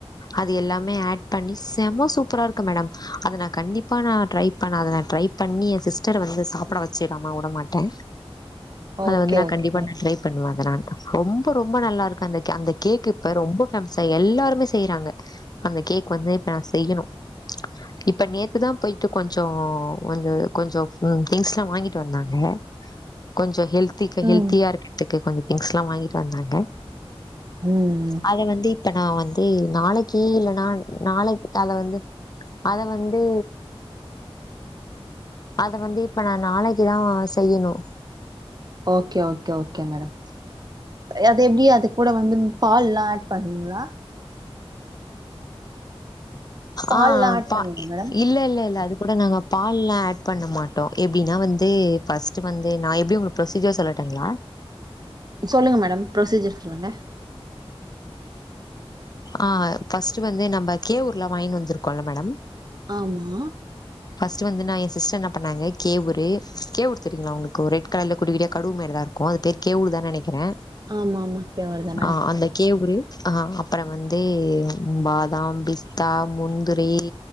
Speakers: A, on the left; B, on the right.
A: அது எல்லாமே ஆட் பண்ணி செம சூப்பரா இருக்கு மேடம் அத நா கண்டிப்பா நா ட்ரை பண்ணாதந ட்ரைப் பண்ணி ய சிஸ்டர வந்து சாப்புட வெச்சிராம வுடமாட்டே
B: ஓகே
A: அது வந்து நா
B: ஓகே
A: கண்டிப்பா
B: மேடம்
A: ந ட்ரை பண்ணுவ அதநாண் ரொம்ப ரொம்ப நல்லார்க்கு அந்தக்கே அந்த கேக்குப்பர் ரொம்ப ஃபேம்ஸா எல்லார்மே செய்றாங்க அந்த கேக் வந்து இப்ப நா செய்யணு இப்ப நேத்துதா போய்ட்டு கொஞ்சோ கொஞ்சு கொஞ்சோ ம் திங்ஸ்லா வாங்கிட்டு வந்தாங்க கொஞ்சோ ஹெல்த் திக்கு
B: ம்
A: ஹெல்த்தியா இருக்குத்துக்கு கொஞ்ச திங்ஸ்லா வாங்கிட்டு வந்தாங்க
B: ம்
A: அத வந்து இப் ப்ப நா வந்தே நாளைக்கே இல்லன்னான் நாளைக் காலால வந்து அத வந்து அத வந்து இப்ப நா நாளைக்குதா செய்யணு
B: ஓகே ஓகே ஓகே மேடம் அது எப்டி அது கூட வந்தும் பால்லா ஆட் பண்வீங்களா பால்லா
A: ஆ
B: ஆட்
A: பா
B: பண்ணுவீங்க மேடம்
A: இல்ல இல்ல இல்ல அது கூட நாங்கப் பால்லா ஆட் பண்ண மாட்டோ எப்டின்னா வந்தே ஃபஸ்ட்டு வந்து நா எப்டி உங்ளுக் ப்ரொசீஜர் சொல்லட்டுங்ளா
B: சொல்லுங்க மேடம் ப்ரொசீஜர் சொல்லுங்க
A: ஆ ஃபஸ்ட்டு வந்து நம்ப கே ஊர்லா வாய்ன் வந்துருக்கோல மேடம்
B: ஆமா
A: ஃபஸ்ட்டு வந்து நா ய சிஸ்டர் என்ன பண்ணாங்க கேவுரு கேவூர் தெரிங்ளா உங்குக்கு ரெட் கலர்ல குட்டி குட்டியா கடுவு மாரிதார் கோ அது பேர் கேவூல் தா நெனக்கிறே
B: ஆமா ஆமா இப்பயே வருதா மேடம்
A: ஆ அந்த கேவுரு ஆ அப்பற வந்தே பாதாம் பிஸ்தா முந்திரி